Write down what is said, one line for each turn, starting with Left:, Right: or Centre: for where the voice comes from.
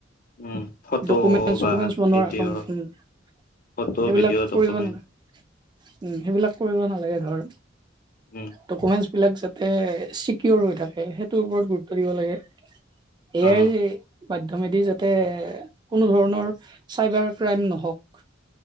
Left: উম, ফটো
Right: ডকুমেন্ট চকুমেন্ট
Left: বা
Right: বনোৱা
Left: ভিডিঅ'
Right: উম সেইবিলাক
Left: ফটো ভিডিঅ' ডকুমেণ্ট
Right: কৰিব নোৱাৰে উম সেইবিলাক কৰিব নালাগে ধৰ
Left: উম
Right: ডকুমেন্ট বিলাক যাতে চিকিৰ হৈ থাকে সেইটোৰ ওপৰত গুৰুত্ব দিব লাগে হে
Left: অ
Right: যে মাধ্যমেদি যাতে কোনো ধৰণৰ চাইবাৰ ক্ৰাইম নহওক